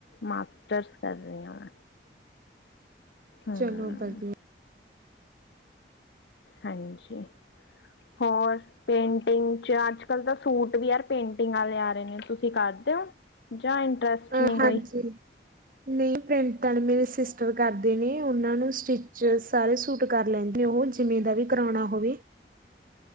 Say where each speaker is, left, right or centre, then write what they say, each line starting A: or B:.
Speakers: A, on the left; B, on the right.
A: ਮਾਸਟਰਸ ਕਰ ਰਹੀ ਹ ਮੈਂ। ਹਮ
B: ਚਲੋ ਵਧੀਆ।
A: ਹਾਂਜੀ ਹੋਰ ਪੇਂਟਿੰਗ ਚ ਚਾਰਜ ਅੱਜ ਕੱਲ ਤਾਂ ਸੂਟ ਵੀ ਯਾਰ ਪੇਂਟਿੰਗ ਵਾਲੇ ਆ ਰਹੇ ਨੇ, ਤੁਸੀਂ ਕਰਦੇ ਹੋ ਜਾਂ ਇੰਟਰਸਟ
B: ਅ
A: ਨਹੀਂ
B: ਹਾਂਜੀ।
A: ਕੋਈ
B: ਨਹੀਂ ਪ੍ਰਿੰਟ ਵਾਲੇ ਮੇਰੇ ਸਿਸਟਰ ਕਰਦੇ ਨੇ, ਉਹਨਾਂ ਨੂੰ ਸਟਿਚ ਸਾਰੇ ਸੂਟ ਕਰ ਲੈਂਦੇ ਨੇ ਉਹ ਜਿਵੇਂ ਦਾ ਵੀ ਕਰਾਉਣਾ ਹੋਵੇ।